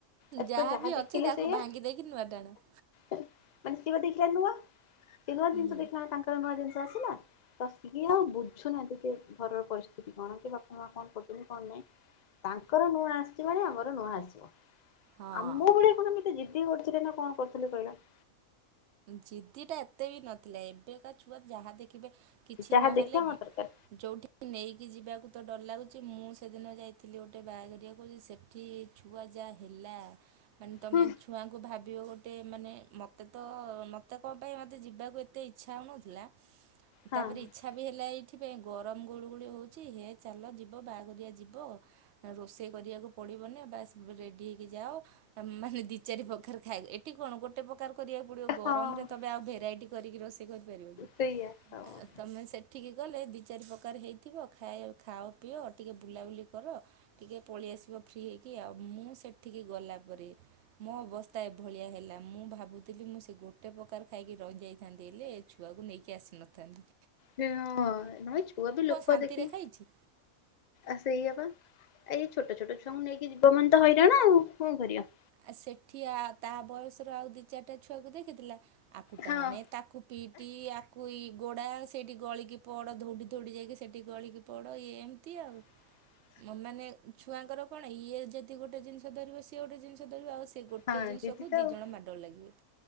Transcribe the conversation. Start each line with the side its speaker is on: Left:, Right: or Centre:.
Left: ଏତକ
Right: ଯାହା ବି
Left: ଦେଖିଲେ
Right: ଅଛି ତାକୁ
Left: ସେଇଆ
Right: ଭାଙ୍ଗି ଦେଇକି ନୂଆ ଟାଣ -
Left: ମାନେ ସିଏ ଦେଖିଲା ନୂଆ ସେ ନୂଆ
Right: ହୁଁ
Left: ଜିନିଷ ଦେଖିଲା ତାଙ୍କର ନୂଆ ଜିନିଷ ଆସିଲା ତସିକି ଆଉ ବୁଝୁନାହାନ୍ତି ଯେ ଘରର ପରିସ୍ଥିତି କଣ କି ବାପା ମା କଣ କର- କଣ ନାହିଁ ତାଙ୍କର ନୁଆ ଆସିଛି ମାନେ ଆମର ନୁଆ ଆସିବ
Right: ହଁ।
Left: ଆମ ଭଳିଆ କଣ ଆମେ ସେ ଜିଦି କରୁଥିଲେ ନା କଣ କରୁଥିଲେ କଇଲ -
Right: ଜିଦିଟା ଏତେ ବି ନଥିଲା ଏବେକା ଛୁଆ ଯାହା ଦେଖିବେ କିଛି
Left: ଯାହା
Right: ନହେଲେ।
Left: ଦେଖିବା ମୋର ଦରକାର
Right: ଯେଉଁଠି ନେଇକି ଯିବାକୁ ତ ଡର ଲାଗୁଛି ମୁଁ ସେଦିନ ଯାଇଥିଲି ଗୋଟେ ବାହାଘରକୁ ସେ ଏଠି ଛୁଆ ଯାହା ହେଲା ମାନେ ତମେ
Left: ହୁଁ
Right: ଛୁଆଙ୍କୁ ଭାବିବ ଗୋଟେ ମାନେ ମୋତେ ତ ମୋତେ କଣ ପାଇଁ ମୋତେ ଯିବାକୁ ଏତେ ଇଚ୍ଛା ହେଉନଥିଲା
Left: ହଁ
Right: ତାପରେ ଇଛା କଥା ବି ହେଲା ଏଇଥିପାଇଁ ଗରମ ଗୋଳୁ ଗୋଳି ହଉଛି ହେ ଚାଲ ଯିବ ବାହାଘରଆ ଯିବ। ରୋଷେଇ କରିବାକୁ ପଡ଼ିବନି ବାସ୍ ରେଡ଼ି ହେଇକି ମାନେ ଦି ଚାରି ପ୍ରକାର ଖାଇ ଏଠି କଣ ଗୋଟେ ପ୍ରକାର କରିବାକୁ ପଡ଼ିବ ଗରମରେ
Left: ହଁ
Right: ତୁମେ ଆଉ ଭେରାଇଟି କରିକି ରୋଷେଇ କରିପାରିବ କି?
Left: ସେଇଆ ହଁ
Right: ତୁମେ ସେଠିକି ଗଲେ ଦୁଇ ଚାରି ପ୍ରକାର ହେଇଥିବ ଖାଏ ଖାଅ ପିଅ ଟିକିେ ବୁଲାବୁଲି କର। ଟିକେ ପଳେଇଆସିବ ଫ୍ରି ହେଇକି ଆଉ ମୁଁ ସେଠିକି ଗଲାପରେ ମୋ ଅବସ୍ଥା ଏଭଳିଆ ହେଲା ମୁଁ ଭାବୁଥିଲି ମୁଁ ସେ ଗୋଟେ ପ୍ରକାର ଖାଇକି ରହିଯାଇଥିଲ ଥାନ୍ତି ହେଲେ ଛୁଆକୁ ନେଇକି ଆସି ନଥାନ୍ତି।
Left: ହଁ ନ ଛୁଆ ବି ଲୋକ
Right: ଶାନ୍ତିରେ
Left: ଦେଖି
Right: ଖାଇଛି।
Left: ଆ ସେଇଆ ବା ଏଇ ଛୋଟ ଛୋଟ ଛୁଆଙ୍କୁ ନେଇକି ଯୀବ ମାନେ ତ ହଇରାଣ ଆଉ କଣ କରଆ
Right: ଆ ସେଠି ଆ ତା ବୟସର ଆଉ ଦି ଚାରିଟା ଛୁଆକୁ ଦେଖିଥିଲା। ଆକୁ
Left: ହଁ
Right: ଟାଣେ ତାକୁ ପିଟି କୁଇ ଗୋଡ଼ା ସେଇଠି ଗଳିକି ପଡ଼ ଧଉଡ଼ି ଧଉଡ଼ି ଯାଇକି ସେଇଠି ଗଳିକି ପଡ଼ ଇଏ ଏମିତି ଆଉ
Left: ହଁ <unintelligible>
Right: ମାନେ ଛୁଆଙ୍କର କଣ ଇଏ ଯଦି ଗୋଟେ ଜିନିଷ ଧରିବ ସିଏ ଗୋଟେ ଜିନିଷ ଧରିବ ଆଉ। ସେ ଗୋଟେ
Left: ହଁ
Right: ଜିନିଷକୁ
Left: ଦିଦି ତ
Right: ଦୁଇ
Left: ଆଉ
Right: ଜଣ ମାଡ଼ ଗୋଳ ଲାଗିବେ